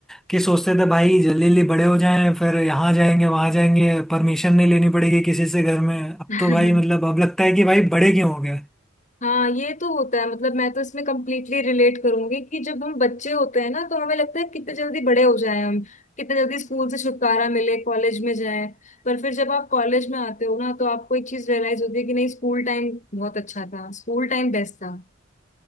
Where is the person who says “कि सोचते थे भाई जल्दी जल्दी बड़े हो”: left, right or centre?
Centre